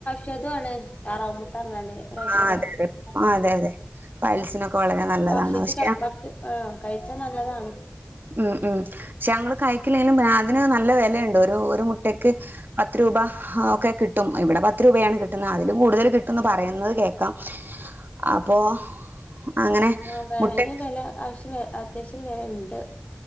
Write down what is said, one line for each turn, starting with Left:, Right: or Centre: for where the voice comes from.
Left: ചതുവാണ് താറാവുമുട്ടറഞ്ഞാല് പ്രക്ഷത
Right: ആഹ് അതെ അതെ
Left: <unintelligible>
Right: ആഹ് അതെ അതെ പയൽസിനൊക്കെ വളരെ നല്ലതാണ്
Left: ഭക്ഷിച്ച
Right: പക്ഷെ
Left: ഭക്ഷ- ആ കഴിച്ചാ നല്ലതാണ്.
Right: ഉം, ഉം ഷെ ഞങ്ങള് കഴക്കലനും പിന്ന അതിന് നല്ല വെലയുണ്ട് ഒരു ഒരു മുട്ടക്ക് പത്ത് രൂപ. ഹാ ഒക്കെ കിട്ടും ഇവിടെ പത്ത് രൂപയാണ് കിട്ടുന്ന അതിലും കൂടുതൽ കിട്ടുംന്ന് പറയുന്നത് കേക്കാം. അപ്പോ അങ്ങനെ
Left: ആഹ്
Right: മുട്ടെ
Left: അതിന് വെല ആവശ്യം വ അത്യാവശ്യത്തിന് വേലെണ്ട്.